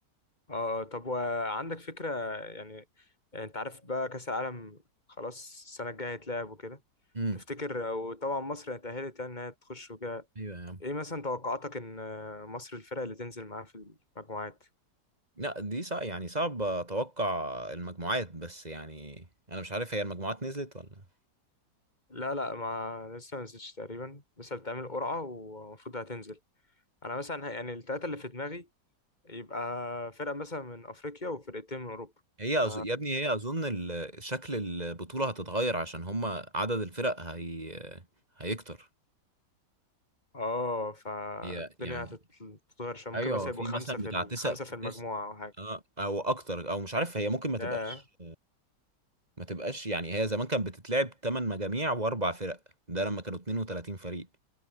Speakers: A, on the left; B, on the right.
A: اه طب وعندك فكرة يعني انت عارف بقى كأس العالم خلاص السنة الجاية هيتلعب وكده
B: امم
A: تفتكر وطبعا مصر اتأهلت يعني انها تخش وكده
B: ايوه يا عم
A: ايه مثلا توقعاتك ان مصر الفرق اللي تنزل معاها في المجموعات
B: لا دي صعب يعني صعب اتوقع المجموعات بس يعني انا مش عارف هي المجموعات نزلت ولا
A: لا لا ما لسه ما نزلتش تقريبا لسه بتعمل قرعة ومفروض هتنزل انا مثلا ه- يعني التلاتة اللي في دماغي يبقى فرقة مثلا من افريقيا وفرقتين من اوروبا
B: هي
A: ف
B: أظ... يا ابني هي اظن ال... شكل البطولة هتتغير عشان هما عدد الفرق هي هيكتر
A: اه فالدنيا
B: هي يعني
A: هتتغير شوية ممكن
B: ايوه
A: مثلا
B: في
A: يبقوا خمسة
B: مثلا
A: في
B: بتاع
A: ال...
B: تسع
A: خمسة في المجموعة
B: تس...
A: او حاجة
B: آه، او اكتر او مش عارف هي ممكن ما تبقاش
A: ياه
B: ما تبقاش يعني هي زمان كانت بتتلعب 8 مجاميع واربع فرق ده لما كانوا 32 فريق